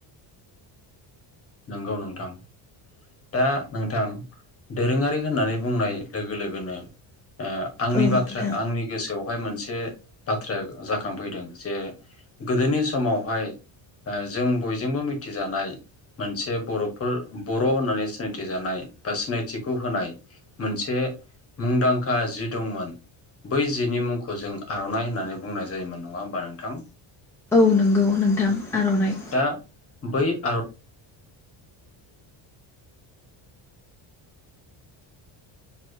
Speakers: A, on the left; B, in the centre.
A: नंगौ नोंथां दा नोंथां दोरोङारि होननानै बुंनाय लोगो लोगोनो ओ आंनि
B: औ नोंथां
A: बाथ्रा आंनि गोसोआव हाय मोनसे बाथ्राया जाखांफैदों जे गोदोनि समावहाय जों बयजोंबो मिथिजानाय मोनसे बरफोर बर' र होननानै सिनायथि जानाय बा सिनायथिखौ होनाय मोनसे मुंदांखा जि दंमोन बै जिनि मुंखौ जों आरनाइ होननानै बुंनाय जायोमोन नङा होमबा नोंथां
B: औ नंगौ नोंथां आरनाइ
A: दा बै आर